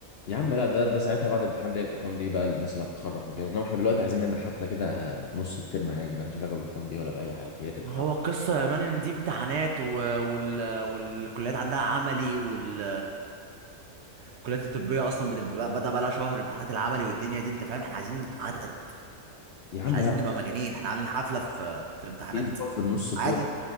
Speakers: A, on the left; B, on the right.
A: يا عم لا ده ده ساعتها بعد الامتحان ده يبقى فان دي بقى الناس اللي هتتخرج وكده انما احنا دلوقتي عايزين نعمل حفله كده في نص الترم عادي مالهاش علاقه بالفان دي ولا باي حاجه هي تبقى
B: ما
A: حفله
B: هو القصة يا مان ان دي امتحانات و... وال... والكليات عندها عملي وال الكليات الطبية اصلا بتبقى بدأ بقى لها شهر امتحانات العملي والدنيا دي انت فاهم احنا عايزين عدد
A: يا عم
B: مش عايزين
A: لا
B: نبقى مجانين احنا عاملين حفلة في في امتحانات
A: في اسبوع في النص فاضي
B: عادي